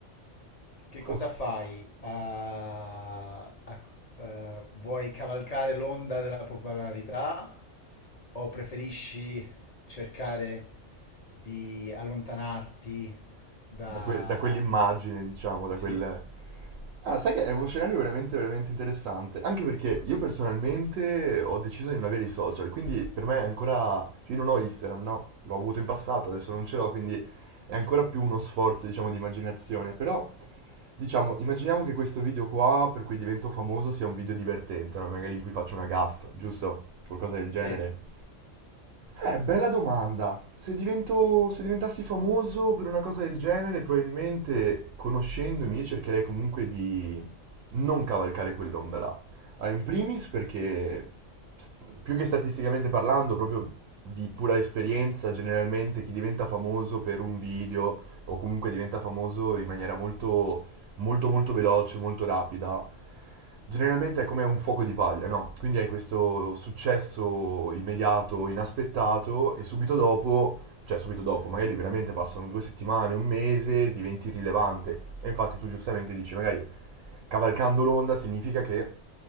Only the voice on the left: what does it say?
Che cosa
fai? Ah, ah, eh, vuoi cavalcare l'onda della popolarità o preferisci cercare di allontanarti da...
Sì,
sì.